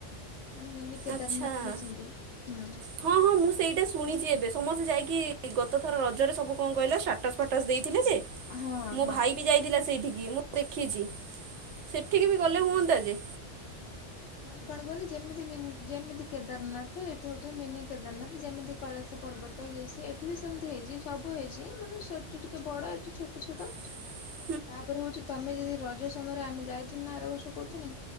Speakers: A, on the left; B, on the right.
A: ମାନେ ମିନି କେଦାରନାଥ୍
B: ଆଚ୍ଛା।
A: ହେଇଛନ୍ତି, ହୁଁ।
B: ହଁ ହଁ ମୁଁ ସେଇଟା ଶୁଣିଚି ଏବେ, ସମସ୍ତେ ଯାଇକି ଗତ ଥର ରଜରେ ସବୁ କଣ କହିଲ ଷ୍ଟାଟସ୍ ଫାଟସ୍ ଦେଇଥିଲେ ଯେ
A: ହଁ
B: ମୋ
A: ହଁ।
B: ଭାଇ ବି ଯାଇଥିଲା ସେଇଠିକି ମୁଁ ଦେଖିଛି। ସେଠିକି ବି ଗଲେ ହୁଅନ୍ତା ଯେ।
A: ମାନେ କଣ କହୁନି ଯେମିତି ଯେମିତି କେଦାରନାଥ ଏଠି ହଉଛନ୍ତି ମିନି କେଦାରନାଥ ଯେମିତି କୈଳାସ ପର୍ବତ୍ ତ ଇଏ ସିଏ ଏଇଠି ବି ସେମିତି ହେଇଛି। ସବୁ ହେଇଛି ମାନେ ସେଠି ଟିକେ ବଡ଼ ଏଠି ଛୋଟ ଛୋଟ।
B: <inaudible>
A: ତାପରେ ହଉଛି ତମେ ଯଦି ରଜ ସମୟରେ ଆମେ ଯାଇଥିନୁ ନା ଆର ବର୍ଷ କହୁଥିନି,